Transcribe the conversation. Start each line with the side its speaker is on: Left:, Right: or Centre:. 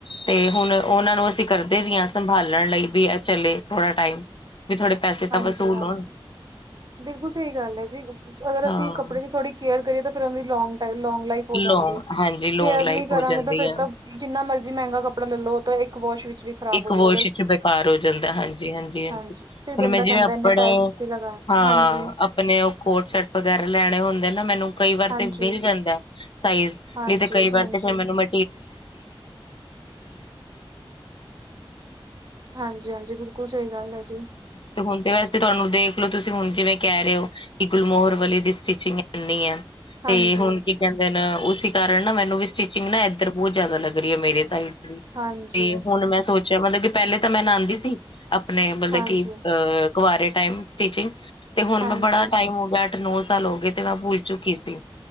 Left: ਤੇ ਹੁਣ ਉਹਨਾਂ ਨੂੰ ਅਸੀਂ ਕਰਦੇ ਵੀ ਆ ਸੰਭਾਲਣ ਲਈ ਵੀ ਚਲੇ ਥੋੜਾ ਟਾਈਮ। ਵੀ ਥੋੜੇ ਪੈਸੇ ਤਾਂ
Right: ਹਾਂਜੀ
Left: ਵਸੂਲ
Right: ਹਾਂਜੀ
Left: ਹੋਣ।
Right: ਬਿਲਕੁਲ ਸਹੀ ਗੱਲ ਹੈ ਜੀ, ਅਗਰ
Left: ਹਾਂ
Right: ਅਸੀਂ ਕੱਪੜੇ ਦੀ ਥੋੜ੍ਹੀ ਕੇਅਰ ਕਰੀਏ ਤਾਂ ਫਿਰ ਉਹਦੀ ਲੌਂਗ ਲਾਈਫ। ਹੋ
Left: ਲੋਂਗ
Right: ਜਾਂਦੀ ਹੈ,
Left: ਹਾਂਜੀ ਲੋਂਗ
Right: ਕੇਅਰ ਨਹੀਂ
Left: ਲਾਈਫ
Right: ਕਰਾਂਗੇ
Left: ਹੋ ਜਾਂਦੀ
Right: ਤਾਂ ਫਿਰ
Left: ਆ
Right: ਤਾਂ। ਜਿੰਨਾ ਮਰਜ਼ੀ ਮਹਿੰਗਾ ਕੱਪੜਾ ਲੈ ਲਓ ਤਾਂ ਇੱਕ ਵਾਸ਼ ਵਿੱਚ ਵੀ। ਖ਼ਰਾਬ
Left: ਇੱਕ
Right: ਹੋ ਜਾਏਗਾ
Left: ਵਾਸ਼
Right: ਅਗਰ
Left: 'ਚ ਬੇਕਾਰ ਹੋ ਜਾਂਦਾ, ਹਾਂ ਜੀ ਹਾਂ ਜੀ ਹਾਂ
Right: ਹਾਂਜੀ
Left: ਜੀ,
Right: ਫਿਰ ਬੰਦਾ
Left: ਹੁਣ ਮੈਂ ਜਿਵੇਂ
Right: ਕਹਿੰਦਾ
Left: ਆਪਣੇ।
Right: ਇੰਨੇ ਪੈਸੇ ਲਗਾਏ
Left: ਹਾਂ।
Right: ਹਾਂਜੀ
Left: ਆਪਣੇ ਉਹ ਕੋਟ ਸੈਟ ਵਗੈਰਾ ਲੈਣੇ ਹੁੰਦੇ ਨੇ ਨਾ, ਮੈਨੂੰ ਕਈ ਵਾਰ
Right: ਹਾਂਜੀ
Left: ਤਾਂ ਮਿਲ ਜਾਂਦਾ ਸਾਈਜ਼।
Right: ਹਾਂਜੀ
Left: ਵੀ ਤੇ ਕਈ
Right: ਹਾਂਜੀ
Left: ਵਾਰ ਤੇ ਫਿਰ ਮੈਨੂੰ। ਮ
Right: ਹਾਂਜੀ ਹਾਂਜੀ, ਬਿਲਕੁਲ ਸਹੀ ਗੱਲ ਹੈ ਜੀ।
Left: ਤੇ ਹੁਣ ਤੇ ਵੈਸੇ ਤੁਹਾਨੂੰ ਦੇਖ ਲੋ ਤੁਸੀਂ ਹੁਣ ਜਿਵੇਂ ਕਹਿ ਰਹੇ ਹੋ। ਕਿ ਗੁਲਮੋਹਰ ਵਾਲੀ ਦੀ ਸਟਿਚਿੰਗ ਕਰਨੀ ਐ। ਤੇ
Right: ਹਾਂਜੀ
Left: ਹੁਣ ਕੀ ਕਹਿੰਦੇ ਨਾ ਉਸੀ ਕਾਰਨ ਨਾ ਮੈਨੂੰ ਵੀ ਸਟਿਚਿੰਗ ਨਾ ਇਧਰ ਬਹੁਤ ਜ਼ਿਆਦਾ ਲੱਗ ਰਹੀ ਆ ਮੇਰੇ ਸਾਈਡ।
Right: ਹਾਂਜੀ
Left: ਤੇ
Right: ਹਾਂਜੀ
Left: ਹੁਣ ਮੈਂ ਸੋਚਿਆ ਮਤਲਬ ਕਿ ਪਹਿਲੇ ਤਾਂ ਮੈਂ ਨਾਂਉਦੀ ਸੀ। ਆਪਣੇ ਮਤਲਬ
Right: ਹਾਂਜੀ
Left: ਕਿ ਅ ਕੁਵਾਰੇ ਟਾਈਮ ਸਟੀਿਚਿੰਗ ਤੇ ਹੁਣ
Right: ਹਾਂਜੀ
Left: ਮੈਂ ਬੜਾ ਟਾਈਮ ਹੋ ਗਿਆ। ਨੌ ਸਾਲ ਹੋ ਗਏ ਤੇ ਮੈਂ ਭੁਲ ਚੁੱਕੀ ਸੀ